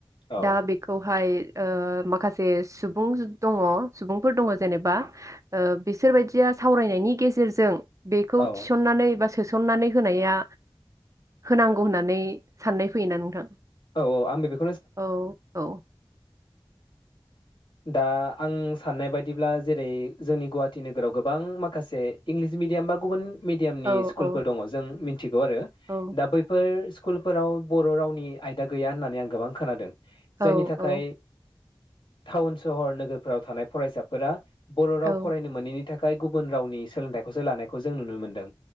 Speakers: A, on the left; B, on the right.
A: औ
B: दा बेखौहाय ओ माखासे सुबुं दङ सुबुंफोर दङ जेनेबा ओ बिसोर बायदि या सावरायनायनि गेजेरजों बेखौ
A: औ
B: थिसननानै बा सोसननानै होनाया होनांगौ होननानै साननाय फैयोना नोंथां?
A: औ औ आंबो बे
B: औ औ।
A: दा आं साननाय बायदिब्ला जेरै जोंनि गुवाहाटि नोगोराव गोबां माखासे इंलिस मिडियाम बा गुबुन मिडियामनि
B: औ
A: स्कुलफोर
B: औ
A: दङ जों मि थिगौ आरो
B: औ
A: दा बैफोर स्कुलफोराव बर' रावनि आयदा गैया होननानै आं गोबां खोनादों।
B: औ
A: जायनि थाखाय
B: औ
A: टाउन सहर नोगोरफोराव थानाय फरायसाफोरा बर राव
B: औ
A: फरायनो मोनैनि नि थाखाय गुबुन रावनि सोलोंथाइखौसो लानाय खौ जों नुनो मोनदों